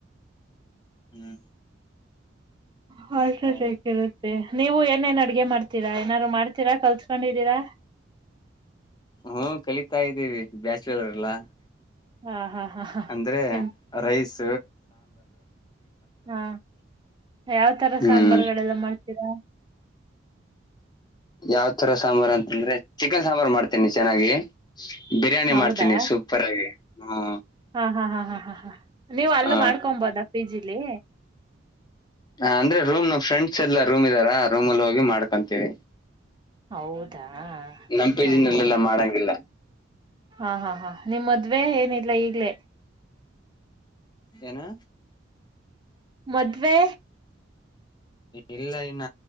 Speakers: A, on the left; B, on the right.
A: ಹ್ಮ್
B: ಹ ಸ
A: ಹೌದ
B: ಜಿರುತ್ತೆ ನೀವು ಏನೇನ್ ಅಡ್ಗೆ ಮಾಡ್ತೀರಾ ಏನಾರು ಮಾಡ್ತೀರಾ ಕಲ್ಸ್ಕೊಂಡಿದ್ದೀರಾ
A: ಹ್ಮ ಕಲಿತಾ ಇದ್ದೀವಿ ಬ್ಯಾಚುವರ್ ಎಲ್ಲಾ
B: ಹಾ ಹಾ ಹಾ ಹಾ
A: ಅಂದ್ರೆ
B: ಹ್ಮ
A: ರೈಸ
B: ಹಾ ಯಾವ್ ತರ
A: ಹ್ಮ್
B: ಸಾಂಬಾರ್ುಗಳೆಲ್ಲ ಮಾಡ್ತ ದ
A: ಯಾವ ತರ ಸಾಂಬಾರ್ು ಅಂತಂದ್ರೆ ಚಿಕನ್ ಸಾಂಬಾರ್ು ಮಾಡ್ತೇನಿ ಚೆನ್ನಾಗಿ ಬಿರಿಯಾನಿ
B: ಹೌದಾ
A: ಮಾಡ್ತೀನಿ ಸೂಪರ್ ಆಗಿ ಹ
B: ಹಾ ಹಾ ಹಾ ಹಾ ಹಾ ಹಾ ನೀವು್ ಅಲ್ಲ
A: ಆ,
B: ಮಾಡ್ಕೊಬೋದ ಪಿಜಿಲಿ
A: ಹ ಅಂದ್ರೆ ರೂಮ್ ನಮ್ ಫ್ರೆಂಡ್ಸ್ ಎಲ್ಲಾ ರೂಮ್ ಇದ್ದಾರಾ ರೂಮ್ಲ್ಲಿ ಹೋಗಿ ಮಾಡ್ಕೊಂತೀವಿ
B: ಹೌದಾ
A: ನಂಪಿಜಿನಲ್ಲೆಲ್ಲಾ
B: ಹಾ ಹಾ
A: ಮಾಡಂಗಿಲ್ಲ
B: ಹಾ ಹಾ ಹಾ ನಿಮ್ಮ್ ಮದ್ವೆ ಏನಿಲ್ಲ ಈಗ್ಲೇ
A: ಏನ
B: ಮದುವವೆ
A: ಇಲ್ಲ ಇನ್ನ